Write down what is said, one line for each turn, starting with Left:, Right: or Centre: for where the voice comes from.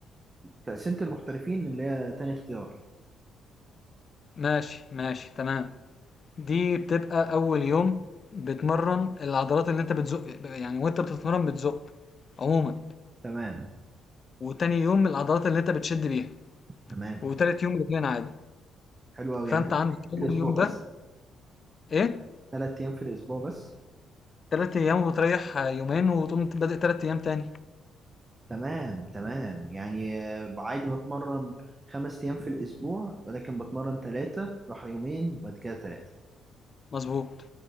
Right: تقسيمه المحترفين اللي هي تاني اختيار
Left: ماشي ماشي تمام دي بتبقى اول يوم بتمرن العضلات اللي انت بتزق يعني وانت بتتمرن بتزق عموما
Right: تمام
Left: وتاني يوم العضلات اللي انت بتشد بيها
Right: تمام
Left: وتالت يوم رجلين عادي
Right: حلو قوي
Left: فانت
Right: يعني تلات
Left: عندك
Right: أيام
Left: اول
Right: في الاسبوع
Left: يوم
Right: بس
Left: ده ايه
Right: ثلاث ايام في الاسبوع بس
Left: تلات ايام وتريح آه، يومين وتقوم بادئ تلات ايام تاني
Right: تمام تمام يعني آه، عادي بتمرن خمس أيام في الأسبوع ولكن بتمرن ثلاثة راح يومين وبعد كده ثلاثة
Left: مضبوط.